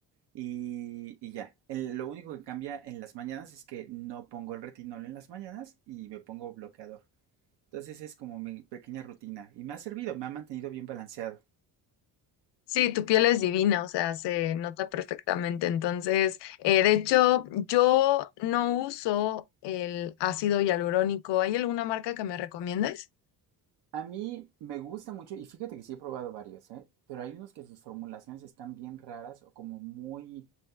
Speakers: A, on the right; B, on the left.
A: y, y ya. El- lo único que cambia en las mañanas es que no pongo el retinol en las mañanas y me pongo bloqueador. Entonces es como mi pequeña rutina y me ha servido, me ha mantenido bien balanceado.
B: Sí, tu piel es divina, o sea, se nota perfectamente. Entonces, eh, de hecho, yo no uso el ácido hialurónico. ¿Hay alguna marca que me recomiendes?
A: A mí me gusta mucho, y fíjate que sí he probado varios, ¿eh? Pero hay unos que sus formulaciones están bien raras o como muy,